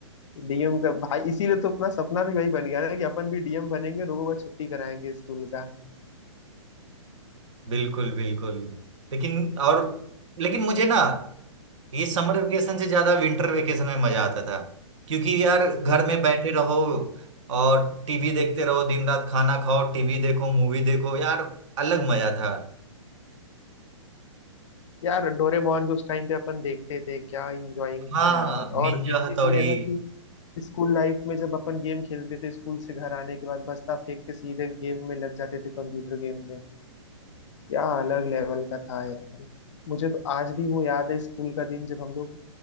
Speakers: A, on the left (about 70°); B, on the right (about 75°).
A: डीएम का भाई इसीलिए तो अपना सपना भी वही बन गया ना कि अपन भी डीएम बनेंगे लोगों का छुट्टी कराएंगे स्कूल का
B: बिल्कुल बिल्कुल लेकिन और लेकिन मुझे ना ये समर वेकेशन से ज्यादा विंटर वेकेशन में मजा आता था क्योंकि यार घर में बैठे रहो और टीवी देखते रहो दिन रात खाना खाओ टीवी देखो मूवी देखो यार अलग मजा था
A: यार डोरेमोन जो उस टाइम पे अपन देखते थे क्या इंजॉयिंग था
B: हाँ
A: यार
B: निंजा
A: और एक
B: हथौड़ी
A: चीज ये है ना कि स्कूल लाइफ में जब अपन गेम खेलते थे स्कूल से घर आने के बाद बस्ता फेंक के सीधे गेम में लग जाते थे कंप्यूटर गेम में क्या अलग लेवल का था यार मुझे तो आज भी वो याद है स्कूल का दिन जब हम लोग